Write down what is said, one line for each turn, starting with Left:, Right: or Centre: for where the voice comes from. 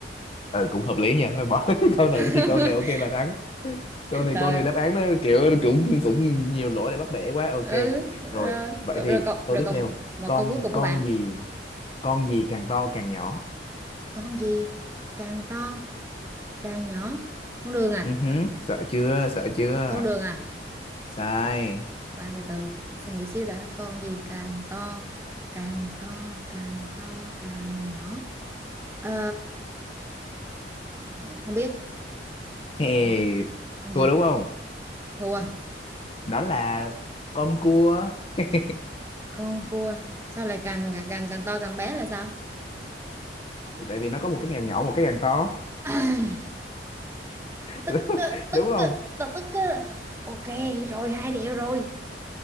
Left: ừ cũng hợp lý nha thôi bỏ <laughs> cái câu này
Right: <laughs>
Left: đi câu này ok bà thắng câu này
Right: rồi
Left: câu này đáp án nó kiểu cũng cũng nhiều lỗi để bắt bẻ quá ok
Right: ừ
Left: rồi
Right: rồi
Left: vậy
Right: rồi,
Left: thì
Right: rồi còn
Left: câu
Right: rồi
Left: tiếp
Right: còn
Left: theo
Right: một
Left: con
Right: câu cuối cùng của
Left: con
Right: bạn
Left: gì con gì càng to càng nhỏ
Right: con gì càng to càng nhỏ con đường à
Left: Ừ hứ, sợ chưa sợ chưa
Right: con đường à
Left: sai
Right: khoan từ từ suy nghĩ xíu đã con gì càng to càng to càng to càng nhỏ ờ... ừ, không biết
Left: hey,
Right: con, con
Left: thua
Right: gì
Left: đúng không
Right: thua
Left: đó là con cua <laughs>
Right: con cua sao lại càng càng càng càng to càng bé là sao
Left: tại vì nó có một cái càng nhỏ một cái càng to
Right: <coughs> tức
Left: <laughs>
Right: cơ, tức
Left: đúng không
Right: cơ, tao tức cơ. ok rồi hai điều rồi